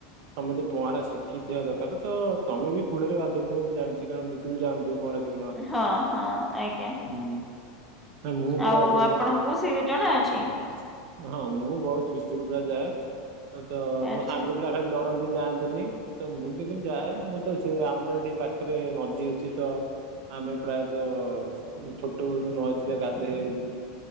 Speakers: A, on the right; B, in the centre.
A: ତମେ ତ ପହଁରା ଶିଖିଥିବା ଦରକାର ତମେ ବି କୂଳରେ ଭା ମୁଁ ଜଣିଛି କାରଣ ଭିତରୁ କୁ ଯାଇ ନଥିବେ ପହଁରା ଶିଖ
B: ହଁ ହଁ ଆଜ୍ଞା।
A: ହୁଁ ମୁଁ ପୁରା
B: ଆଉ
A: ବହୁତ
B: ଆପଣଙ୍କୁ ସେ ଜଣା ଅଛି?
A: ହଁ ମୁଁ ବହୁତ ଭିତରକୁ ପୁରା ଯାଏ ତ
B: ଆଚ୍ଛା
A: ମୋ ସାଙ୍ଗ ପିଲା ଖାଲି ଡରନ୍ତି ଯାଆନ୍ତି ନି, ତ ମୁଁ କିନ୍ତୁ ଯାଏ ମୁଁ ତ ସେ ଆମର ଏ ଏଇ ପାଖରେ ନଦୀ ଅଛି ତ। ଆମେ ପ୍ରାୟତଃ ଛୋଟ ବେଳୁ ନଜରେ ଗାଧେଇ ଆଇଚୁ।